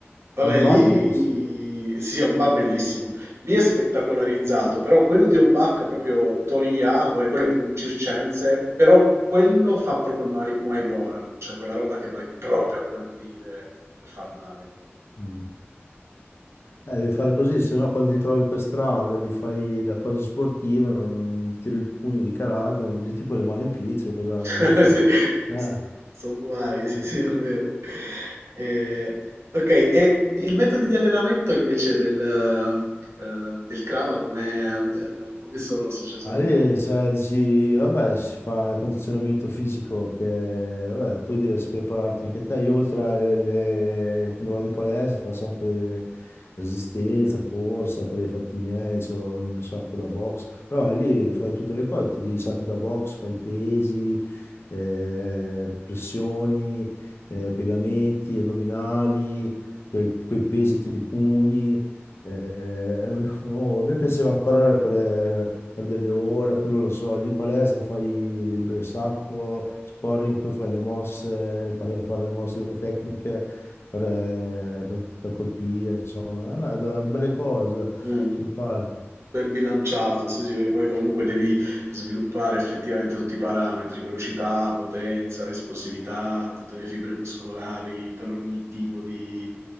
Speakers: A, on the right (about 80°); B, on the left (about 65°).
A: Vabbè,
B: Ho un
A: lì
B: background. sì.
A: sì, sì, è un bar bellissimo. Lì è spettacolarizzato, però quello di un bar è proprio Tony Jaa, vabbè, quello è pure un circense, però quello fa proprio Mai- Muay Boran, cioè quella roba che vai proprio a colpire per far male. proprio.
B: Mm. Eh, devi fare così, se no quando ti trovi per strada gli fai la cosa sportiva, non, non gli tiri il pugno di karate, il tipo rimane in piedi, cioè, cosa,
A: <laughs>
B: cosa hai fatto?
A: Sì,
B: Eh.
A: s son guai, sì, sì, è vero. Ehm, okay, e il metodi di allenamento invece del ehm, del Krava come ehm, come sono? Se ci sono
B: Ma lì,
A: int
B: cioè, dici, vabbè, si fa il condizionamento fisico che, vabbè, poi devi prepararti anche te. Io oltre alle, alle- quando vado in palestra faccio anche resistenza, corsa per i fatti miei, ho il mio sacco da box. Però lì fai tutte le cose, tiri i sacchi da box, fai pesi, eh, pressioni, eh, piegamenti, addominali, quei, quei pesi, tiri i pugni. Eh, <laughs> oh, a me piaceva correre per per delle ore, poi non lo so, lì in palestra fai beh, sacco, sparring, poi fai le mosse, fare fare le mosse, le tecniche per, eh, per- per colpire, insomma, eh, beh, belle cose,
A: mh,
B: si impara.
A: ben bilanciato, sì, sì, perché poi comunque devi sviluppare effettivamente tutti i parametri, velocità, potenza, esplosività, tutte le fibre muscolari per ogni tipo di